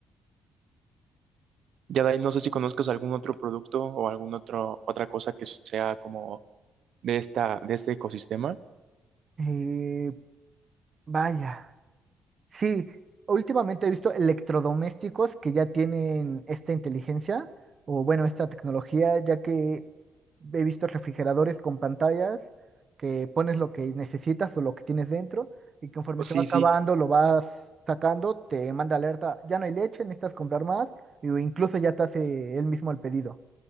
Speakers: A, on the right (about 55°); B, on the right (about 30°).
A: Ya de ahí no sé si conozcas algún otro producto o algún otro otra cosa que sea como de esta de este ecosistema.
B: Eh, vaya. Sí, últimamente he visto electrodomésticos que ya tienen esta inteligencia o bueno, esta tecnología, ya que he visto refrigeradores con pantallas que pones lo que necesitas o lo que tienes dentro y conforme
A: O sí,
B: se va acabando
A: sí,
B: lo vas sacando, te manda alerta, ya no hay leche, necesitas comprar más y- o incluso ya te hace él mismo el pedido.